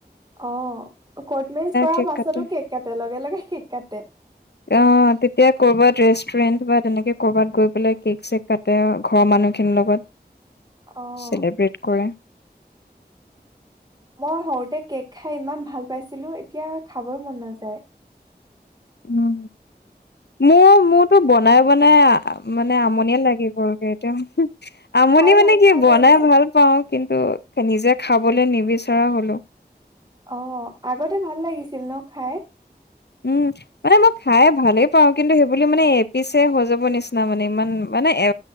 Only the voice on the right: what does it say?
অ' কৰ্ট মেৰিজ কৰাৰ
পাছতো
কেক কাটে। লগে-লগে কেক কাটে।
অ
মই সৰুতে কেক খাই ইমান ভাল পাইছিলো এতিয়া খাবই মন নাযায়
খাই
ভাল
পোৱা
নে এনেই?
অ আগতে ভাল লাগিছিল ন খায়